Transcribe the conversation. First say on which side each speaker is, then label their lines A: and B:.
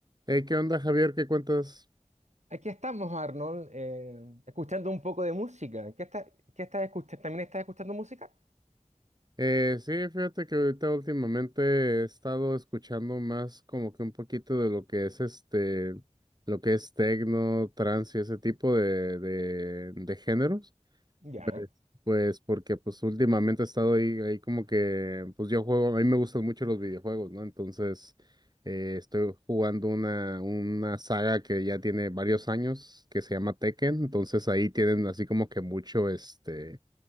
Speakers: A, on the right; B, on the right.
A: Hey, ¿qué onda, Javier? ¿Qué cuentas?
B: Aquí estamos, Arnold, eh, escuchando un poco de música. ¿Qué está- qué estás escuchando? ¿También estás escuchando música?
A: Eh, sí, fíjate que ahorita últimamente he estado escuchando más como que un poquito de lo que es este, lo que es tecno, trance y ese tipo de, de, de géneros.
B: Ya,
A: Pues, pues porque pues últimamente he estado ahí, ahí como que, pues yo juego, a mí me gustan mucho los videojuegos, ¿no? Entonces, eh, estoy jugando una, una saga que ya tiene varios años, que se llama Tekken. Entonces ahí tienen así como que mucho este